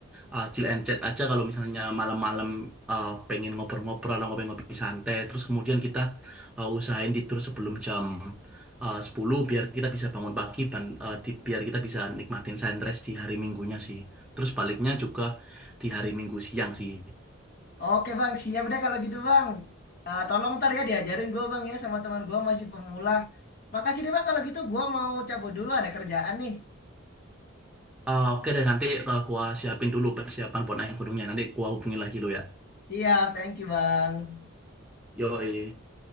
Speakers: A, in the centre; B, on the left (about 45°).
A: uh, chill and chat aja kalau misalnya malam-malam uh, pengen ngobrol-ngobrol atau ngopi-ngopi santai terus kemudian kita uh, usahain tidur sebelum jam uh, 10 biar kita bisa bangun pagi ban, uh, di, biar kita bisa nikmatin sunrise di hari Minggunya sih terus baliknya juga di hari Minggu siang sih
B: Oke Bang, siap deh kalau gitu Bang. Eh, tolong ntar ya diajarin gue Bang ya sama teman gue masih pemula. Makasih deh Bang kalau gitu gue mau cabut dulu ada kerjaan nih.
A: Uh, oke deh nanti uh, gua siapin dulu persiapan buat naik gunungnya nanti gua hubungin lagi lo ya
B: Siap, thank you Bang.
A: yoi